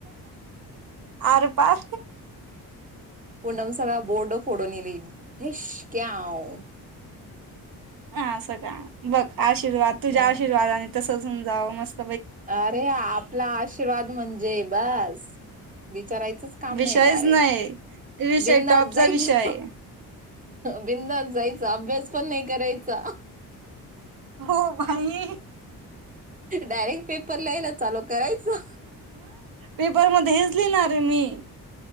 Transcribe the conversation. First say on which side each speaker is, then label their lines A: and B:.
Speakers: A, on the right; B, on the right.
A: आर पार.
B: पूणम सगळा बोर्ड फोडून ईली ढिशक्याव.
A: हा सगळा बघ. आशीर्वाद तुझ्या
B: मग
A: आशीर्वादने तसं असून जावं मस्त
B: अरे आपला आशीर्वाद म्हणजे बस. विचारायचच काम
A: विषयच
B: नाही डायरे
A: नाही विषय
B: बिंधास्त
A: टॉपचा
B: जायच,
A: विषय
B: बिंधास्त जायच अभ्यास पण नाही करायचा.
A: हो भाई.
B: डायरेक्ट पेपर ल्यायला चालू करायचं.
A: पेपर मध्ये हेच लिणार रे मी.